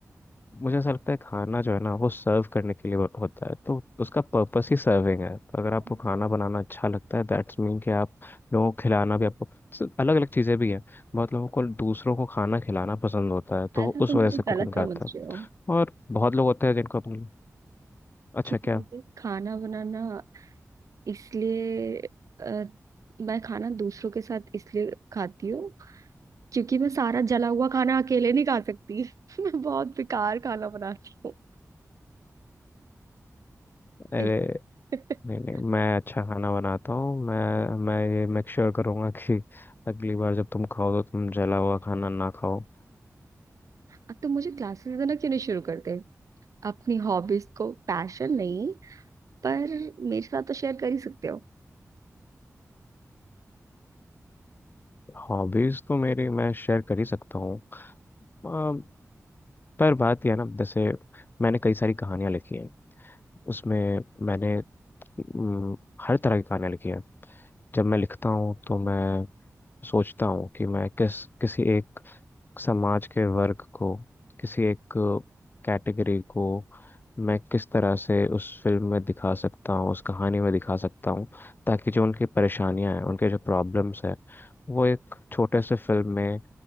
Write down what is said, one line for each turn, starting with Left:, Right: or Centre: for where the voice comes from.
Left: मुझे ऐसा लगता है खाना जो है ना वो सर्व करने के लिए हो- होता है तो उसका पर्पस ही सर्विंग है तो अगर आपको
Right: शायद
Left: खाना बनाना अच्छा लगता है दैट्स मीन कि आप लोगों को खिलाना भी आपको अलग अलग चीज़ें भी हैं बहुत लोगों को दूसरों को खाना खिलाना पसंद होता है तो वो
Right: ना
Left: उस
Right: तुम
Left: वजह
Right: मुझे
Left: से कुकिंग
Right: गलत
Left: करते
Right: समझ
Left: हैं
Right: रहे हो
Left: और बहुत लोग होते हैं जिनको अपनी अच्छा
Right: क्योंकि
Left: क्या
Right: मुझे खाना बनाना इसलिए अ, मैं खाना दूसरों के साथ इसलिए खाती हूँ क्योंकि मैं सारा जला हुआ खाना अकेले नहीं खा सकती <laughs> मैं बहुत बेकार खाना बनाती
Left: अरे
Right: हूँ <laughs>
Left: नहीं नहीं मैं अच्छा खाना बनाता हूँ मैं मैं ये मेक श्योर करूँगा कि अगली बार जब तुम खाओ तो तुम जला हुआ खाना ना खाओ
Right: अब तो मुझे क्लासेस देना क्यों नहीं शुरू करते अपनी हॉबीज को पैशन नहीं पर मेरे साथ तो शेयर कर ही सकते हो
Left: हॉबीज तो मेरी मैं शेयर कर ही सकता हूँ पर बात यह है ना जैसे मैंने कई सारी कहानियां लिखी हैं उसमें मैंने अम, हर तरह की कहानियां लिखी हैं जब मैं लिखता हूँ तो मैं सोचता हूँ कि मैं किस किसी एक समाज के वर्ग को किसी एक कैटेगरी को मैं किस तरह से उस फिल्म में दिखा सकता हूँ उस कहानी में दिखा सकता हूँ ताकि जो उनकी परेशानियां हैं उनके जो प्रॉब्लम्स हैं वो एक छोटे से फिल्म में